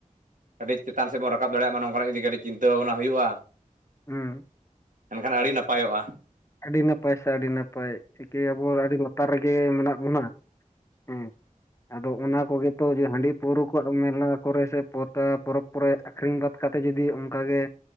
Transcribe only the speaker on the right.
ᱠᱟᱹᱴᱤᱡ ᱪᱮᱛᱟᱱ ᱥᱮᱜ ᱵᱚᱱ ᱨᱟᱠᱟᱵ ᱫᱟᱲᱮᱭᱟᱜ ᱢᱟ ᱱᱚᱝᱠᱟᱱᱟᱜ ᱡᱩᱫᱤ ᱠᱟᱹᱴᱤᱡ ᱪᱤᱱᱛᱟᱹ ᱵᱷᱟᱵᱽᱱᱟ ᱦᱩᱭᱩᱜᱼᱟ
ᱮᱱᱠᱷᱟᱱ ᱟᱹᱰᱤ ᱱᱟᱯᱟᱭᱚᱜᱼᱟ
<inaudible>